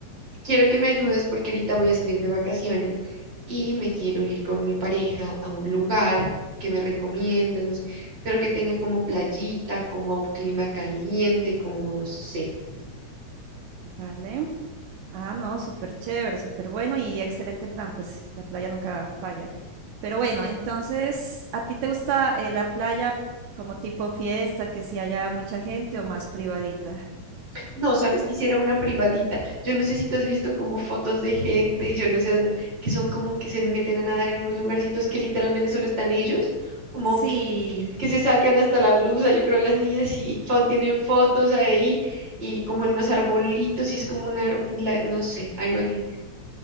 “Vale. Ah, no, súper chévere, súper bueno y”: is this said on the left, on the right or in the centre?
Right